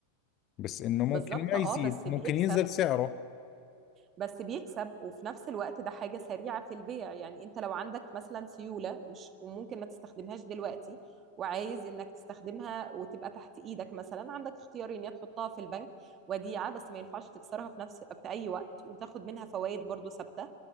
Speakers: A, on the left; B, on the right.
A: بس انه ممكن
B: بالظبط
A: ما
B: اه
A: يزيد
B: بس
A: ممكن
B: بيكسب
A: ينزل سعره
B: بس بيكسب وفي نفس الوقت ده حاجة سريعة في البيع يعني انت لو عندك مثلا سيولة مش وممكن ما تستخدمهاش دلوقتي وعايز انك تستخدمها وتبقى تحت ايدك مثلا عندك اختيارين يا تحطها في البنك وديعة بس ما ينفعش تكسرها في نفس في اي وقت وتاخد منها فوائد برضو ثابتة